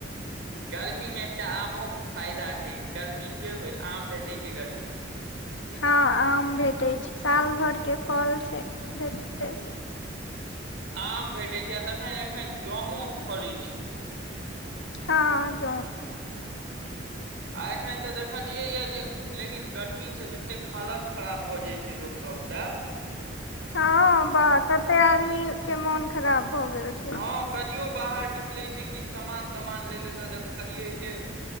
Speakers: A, on the right; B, on the left.
A: गर्मीमे एकटा आमो फायदा छैय गर्मी जे होय आम भेटै छै गर्मीमे
B: ह आम भेटै छै साल भरिक फल छैय भेटते छै अपन।
A: आम भेटै छैय् आ तखन एखन जमो फड़ैत छै
B: हँ जो
A: आ एखन तऽ देखलियैए जे लेकिन गर्मीसँ जतेक हालत खराब भऽ जाइ छै लोकसभके
B: हँ बाह कते आदमी के मोन खराब भऽ गेल छै
A: हँ कनियो बाहर निकले छै किछु सामान तामान ले ले तऽ देखलियै जे